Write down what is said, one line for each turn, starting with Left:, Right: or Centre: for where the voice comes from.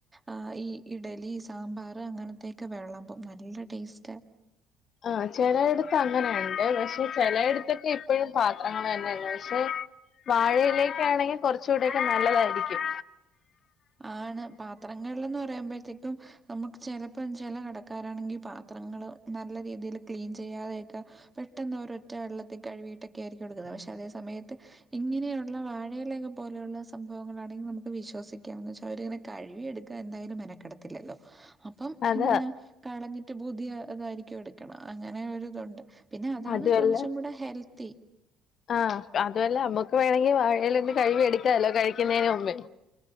Right: ആഹ് ഈ ഇഡലി സാമ്പാറ് അങ്ങനത്തൊക്കെ വെളമ്പും നല്ല ടേസ്റ്റാ
Left: ആഹ് ചെലയിടത്ത് അങ്ങനുണ്ട് പക്ഷെ ചെലയിടത്തൊക്കെ ഇപ്പഴും പാത്രങ്ങള് തന്നെയാണ് പക്ഷെ വാഴയിലേക്കെ ആണെങ്കെ കൊറച്ചുഉടെക്കെ നല്ലതായിരിക്കും
Right: ആണ് പാത്രങ്ങള്ന്ന് പറയുമ്പോഴത്തേക്കും നമ്മുക്ക് ചെലപ്പം ചെല കടക്കാരാണെങ്കി പാത്രങ്ങള് നല്ല രീതില് ക്ലീൻ ചെയ്യാതെയെക്കെ പെട്ടെന്ന് ഒരൊറ്റ വെള്ളത്തി കഴുവീട്ടൊക്കെ ആയിരിക്കും എടുക്കുന്നെ പക്ഷെ അതേ സമയത്ത് ഇങ്ങനെയുള്ള വാഴയിലൊക്കെ പോലുള്ള സംഭവങ്ങളാണെങ്കി നമ്മുക്ക് വിശ്വസിക് ക്ക്യാന്ന് വെച്ച അവര്ങ്ങനെ കയ്വ്വി എടുക്കാ എന്തായാലും മെനക്കെടത്തില്ലല്ലൊ അപ്പം.
Left: അത്
Right: ഏന്ത ഇങ്ങനെ കളഞ്ഞിട്ട് പുതിയ അതായ്രിക്കും എടുക്ക്ണെ അങ്ങനെ ഒരുതുണ്ട് പിന്നെ അതാണ്
Left: അതുമല്ല
Right: കൊറച്ചും കൂട ഹെൽത്ത് ത്തീ
Left: ആഹ് അതുവല്ല അമ്മക്ക് വേണങ്കി വാഴെലീന്ന് കഴ് വി എട്ക്കാല്ലൊ കഴിക്കുന്നേന് മുമ്പെ